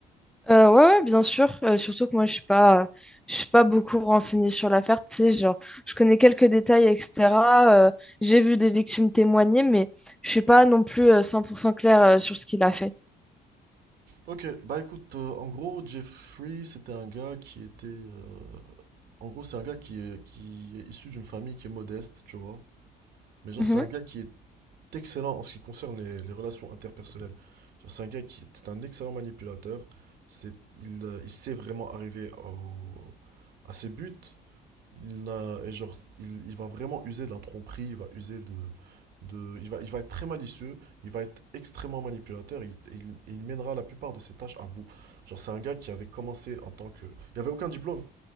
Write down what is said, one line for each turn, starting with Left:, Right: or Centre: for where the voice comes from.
Centre: Euh, ouais, ouais, bien sûr. Euh, surtout que moi, je suis pas, je suis pas beaucoup renseignée sur l'affaire. Tu sais, genre, je connais quelques détails, etc. Euh, j'ai vu des victimes témoigner, mais je suis pas non plus euh, 100% claire euh, sur ce qu'il a fait.
Right: Ok, bah écoute, euh, en gros, Jeffrey, c'était un gars qui était... euh, en gros, c'est un gars qui est, qui est issu d'une famille qui est modeste, tu vois. Mais genre,
Centre: Mhm,
Right: c'est un gars qui est excellent en ce qui concerne les, les relations interpersonnelles. Genre, c'est un gars qui est un excellent manipulateur. C'est, il, euh, il sait vraiment arriver au- à ses buts. Il n'a, et genre, il, il va vraiment user de la tromperie, il va user de, de, il va, il va être très malicieux, il va être extrêmement manipulateur, il, il, il mènera la plupart de ses tâches à bout. Genre, c'est un gars qui avait commencé en tant que... Il avait aucun diplôme.